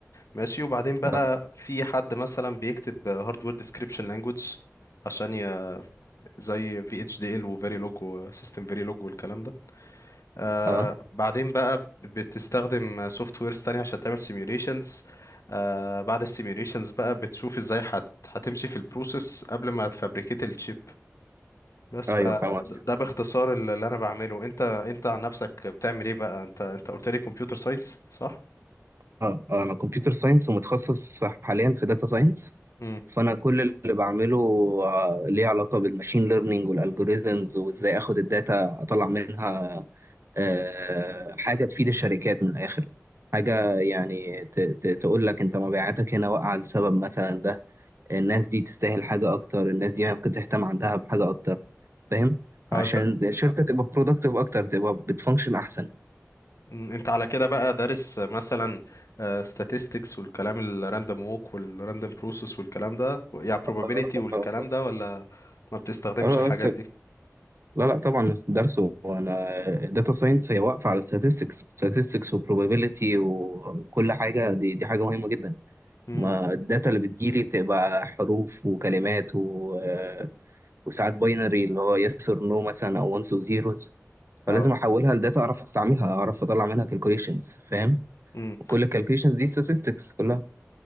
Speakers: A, on the left (about 70°); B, on the right (about 55°).
A: ماشي وبعدين بقى
B: اه,
A: في حد مثلا بيكتب هاردوير ديسكريبشن لانجويج عشان ي... زي في اتش دي ال وفيريلوج وسيستم فيريلوج والكلام ده آه
B: آه.
A: بعدين بقى بتستخدم سوفت ويرز تانية عشان تعمل سيميوليشنز آه بعد السيميوليشنز بقى بتشوف ازاي هت هتمشي في البروسيس قبل ما تفبريكيت الشيب بس
B: ايوه
A: فده
B: فاهم
A: باختصار اللي اللي انا بعمله انت انت عن نفسك بتعمل ايه بقى انت انت قلت لي كمبيوتر ساينس صح
B: اه آه، انا كمبيوتر ساينس ومتخصص حاليا في داتا ساينس
A: امم
B: فانا كل اللي بعمله آه، ليه علاقه بالماشين ليرنينج والالجوريزمز وازاي اخد الداتا اطلع منها آه، حاجه تفيد الشركات من الاخر حاجه يعني ت- ت- تقول لك انت مبيعاتك هنا واقعه لسبب مثلا ده الناس دي تستاهل حاجه اكتر الناس دي ممكن تهتم عندها بحاجه اكتر فاهم
A: اه
B: عشان
A: انت
B: الشركه تبقى برودكتيف اكتر تبقى بتفانكشن احسن
A: مم، انت على كده بقى دارس مثلا آه، statistics والكلام الراندوم ووك والراندوم بروسيس والكلام ده يعني probability
B: اه
A: والكلام
B: اه
A: ده ولا ما بتستخدمش
B: آه،
A: الحاجات
B: آه، لا لا طبعا بس درسه انا الداتا ساينس هي واقفه على statistics statistics وبروبابيلتي وكل حاجه دي دي حاجه مهمه جدا
A: دي
B: ما الداتا اللي بتجيلي بتبقى حروف وكلمات و... آه، وساعات باينري اللي هو yes or no مثلا او ones و zeros
A: اه
B: فلازم احولها لداتا اعرف استعملها اعرف اطلع منها calculations فاهم
A: امم
B: كل ال calculations دي statistics كلها